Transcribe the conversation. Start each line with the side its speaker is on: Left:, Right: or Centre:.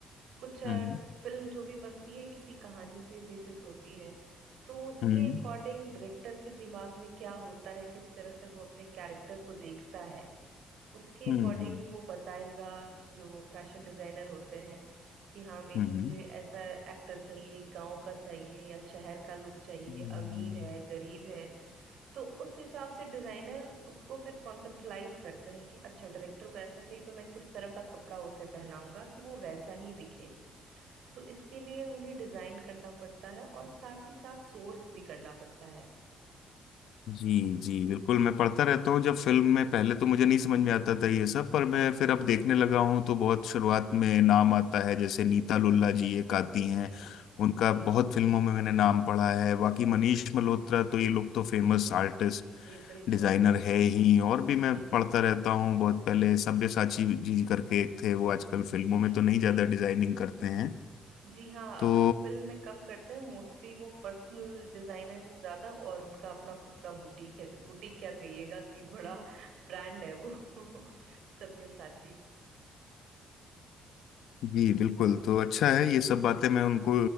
Right: कुछ
Left: हम्म
Right: फिल्म जो भी बनती है किसी कहानी पे बेसिस होती है तो उसके
Left: हम्म
Right: अकॉर्डिंग डायरेक्टर के दिमाग में क्या होता है किस तरह से वो अपने कैरेक्टर को देखता है उसके
Left: हम्म
Right: अकॉर्डिंग
Left: हम्म
Right: वो बताएगा जो फैशन डिजाइनर होते हैं कि हाँ मेरे
Left: हम्म हम्म।
Right: मुझे ऐसा एक्टर चाहिए गांव का चाहिए या शहर का लुक चाहिए
Left: हम्म।
Right: अमीर है गरीब है तो उस हिसाब से डिजाइनर उसको फिर कॉन्सेप्टलाइज करते हैं कि अच्छा डायरेक्टर को ऐसा चाहिए तो मैं किस तरह का कपड़ा उसे पहनाऊंगा कि वो वैसा ही दिखे तो इसके लिए उन्हें डिजाइन करना पड़ता है और साथ ही साथ सोर्स भी करना पड़ता है
Left: जी जी बिल्कुल मैं पढ़ता रहता हूँ जब फिल्म में पहले तो मुझे नहीं समझ में आता
Right: जी
Left: था ये सब पर मैं फिर अब
Right: जी
Left: देखने लगा हूँ तो बहुत शुरुआत में नाम आता है जैसे नीता लुल्ला जी एक आती
Right: जी
Left: हैं
Right: जी
Left: उनका
Right: जी
Left: बहुत फिल्मों में मैंने नाम पढ़ा है बाकी मनीष मल्होत्रा तो ये लोग तो फेमस आर्टिस्ट
Right: जी बिल्कुल
Left: डिजाइनर है ही और भी मैं
Right: जी
Left: पढ़ता रहता हूँ बहुत पहले सब्यसाची जी करके एक थे वो आजकल फिल्मों
Right: जी
Left: में तो नहीं
Right: जी
Left: ज्यादा डिजाइनिंग करते हैं
Right: जी हाँ
Left: तो
Right: अब वो फिल्म में कम करते हैं मोस्टली वो पर्सनल डिजाइनिंग ज्यादा और उनका अपना खुद का बुटीक है बुटीक क्या कहिएगा कि बड़ा ब्रांड है वो <laughs> सब्यसाची
Left: जी बिल्कुल तो अच्छा है ये सब बातें मैं उनको